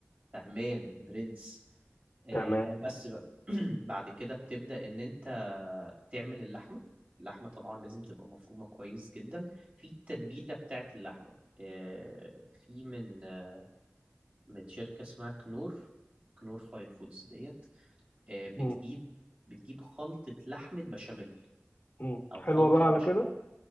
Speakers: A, on the right; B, on the left.
A: فهمان برنس آه،
B: تمام
A: بس بقى <clears throat> بعد كده بتبدأ ان انت تعمل اللحمة اللحمة طبعا لازم تبقى مفرومة كويس جدا في التتبيلة بتاعت اللحمة آه، في من آه، من شركة اسمها كنور كنور فاين فودز ديت آه، بتجيب
B: مم.
A: بتجيب خلطة لحمة بشاميل
B: مم.
A: او
B: حلوه
A: خلطة
B: بقى على
A: بشاميل
B: كده